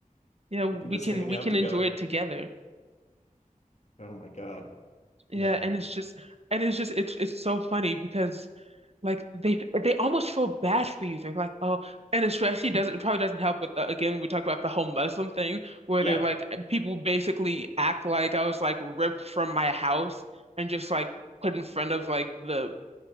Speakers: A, on the right; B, on the left.
A: Yeah, we
B: we can just
A: can
B: hang
A: we
B: out
A: can
B: together.
A: enjoy it together.
B: Oh my God.
A: Yeah,
B: Yeah.
A: and it's just and it's just it's it's so funny because like they they almost feel bad for you. They're like, "Oh," and especially doesn't it probably doesn't help with the again we talk about the whole Muslim thing where
B: Yeah.
A: they're like uh, people basically act like I was like ripped from my house and just like put in front of like the